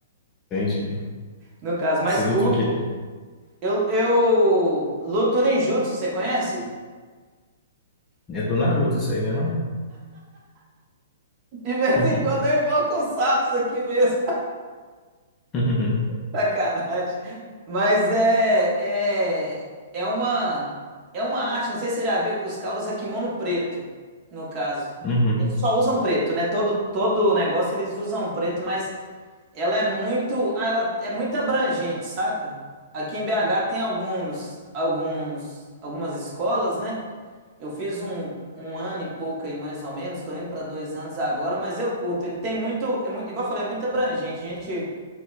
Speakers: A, on the left; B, on the right.
A: Entendi.
B: No caso, mais
A: Você luta
B: curto.
A: o quê?
B: Eu, eu luto ninjutsu, você conhece?
A: É do Naruto isso aí, né, não?
B: De vez
A: <laughs>
B: em quando eu invoco os sapos aqui mesmo.
A: Uhum.
B: <laughs> Sacanagem. Mas é, é, é uma é uma arte, não sei se você já viu que os caras usam kimono preto, no caso.
A: Uhum. Uhum.
B: Eles só usam preto, né? Todo todo negócio eles usam preto, mas ela é muito, ah, ela é muito abrangente, saca? Aqui em BH tem alguns alguns algumas escolas, né? Eu fiz um, um ano e pouco aí, mais ou menos, estou indo para dois anos agora, mas eu curto. Ele tem muito, é mui- igual eu falei, é muito abrangente. Gente